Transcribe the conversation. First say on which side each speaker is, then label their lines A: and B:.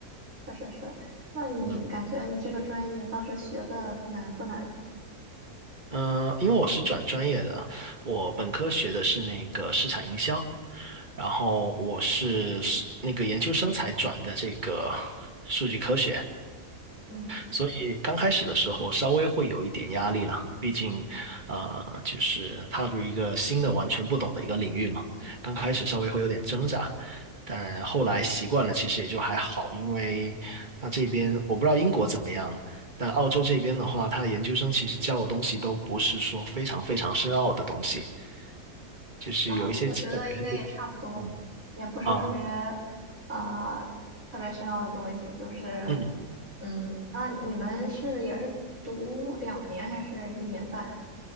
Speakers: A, on the right; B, on the right.
A: 确实是。那你感觉你这个专业当时学的难不难？
B: 嗯，呃，因为我是转专业的，我本科学的是那个市场营销，然后我是是那个研究生才转的这个数据科学。
A: 嗯，
B: 所以刚开始的时候稍微会有一点压力了，毕竟，呃，就是踏入一个新的、完全不懂的一个领域嘛，刚开始稍微会有点挣扎，但后来习惯了，其实也就还好，因为那这边我不知道英国怎么样，但澳洲这边的话，他研究生其实教的东西都不是说非常非常深奥的东西，就是有一些基本原理，
A: 啊，我觉得应该也差不多，
B: 嗯
A: 也不是特别，
B: 啊，
A: 啊，特别深奥的东西。就是，
B: 嗯，
A: 嗯，那你们是也是读两年还是一年半呀？